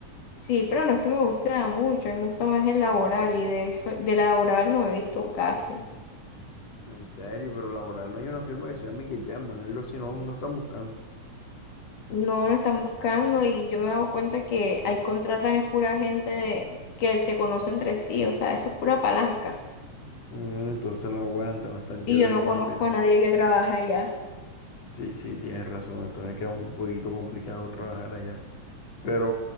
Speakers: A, on the left (about 75°); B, on the left (about 55°).
A: Sí, pero no es que me guste da mucho, a mí me gusta más el laboral y de eso, de laboral no he visto casi.
B: En serio, pero laboral no hay una firma que se llame que llaman, algo así, no, no están buscando.
A: No lo están buscando y yo me he dado cuenta que ahí contratan es pura gente de- que se conoce entre sí, o sea, eso es pura palanca.
B: Mm, entonces no aguanta, no es tan chévere
A: Y yo
B: como
A: no conozco
B: uno piensa.
A: a nadie que trabaja allá.
B: Sí, sí, tienes razón, entonces queda un poquito complicado trabajar allá. Pero,